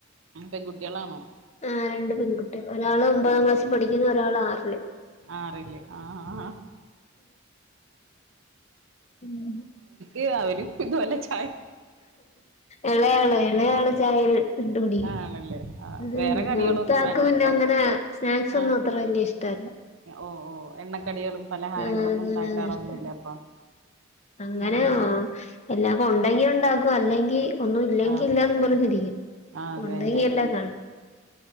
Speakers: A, on the right; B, on the left.
A: പെൺകുട്ടേളാണോ
B: ആ രണ്ട് പെൺകുട്ടി ഒരാള് ഒമ്പതാം ക്ലാസ്സി പഠിക്കുന്നു ഒരാള് ആറില്
A: ആറില് ആഹ് ആഹ്
B: ഉം
A: ഈ ആവരും ഇത് പോലെജ്
B: എളയാള് എളയാള് ഛായേൽ ഇട്ട്‌ കുടിക്കും
A: ആണല്ലേ ആ
B: മ്മ്
A: വേറെ കടികളൊന്നും
B: മൂത്താക്ക്
A: വേണ്ടപ്പൊ
B: പിന്നെ അങ്ങനെ സ്നാക്സൊന്നും
A: ആ
B: അത്ര വല്യ ഇഷ്ടല്ല
A: ഓ ഓ എണ്ണക്കടികളും പലഹാരങ്ങളൊന്നും
B: ആഅങ്ങനെ
A: ഉണ്ടാക്കാറൊന്നുല്ല
B: ഒന്നും ഇഷ്ടല്ല
A: അപ്പൊ
B: ആഅങ്ങനെ
A: ഉം
B: എല്ലാം കൊൺ ണ്ടെങ്കി ഒണ്ടാക്കു അല്ലെങ്കി ഒന്നും ഇല്ലെങ്കി
A: ആ
B: ഇല്ലാന്ന് പറഞ്ഞിരിക്കും.
A: ആ അതന്നെ
B: ഉണ്ടെങ്കി എല്ലാം കാണും